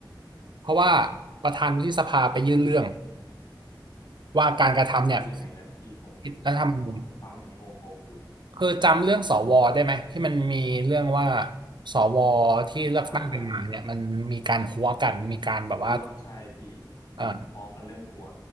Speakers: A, on the right (about 70°); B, on the left (about 60°).
A: เพราะว่าประธานวุฒิสภาไปยื่นเรื่องว่าการกระทำเนี่ย
B: คือยังไงนะพี่ผมผมฟังแล้วผมอ่าผมฟังแล้วผมยังงงๆอยู่
A: ผิดรัฐธรรมนูญ คือจำเรื่องสวได้ไหมที่มันมีเรื่องว่าสวที่เลือกตั้งกันมาเนี่ยมันมีการหัวกันมีการแบบว่า
B: อ่าหัวใช่พี่เขาฟ้องกันเรื่องหัว
A: เออ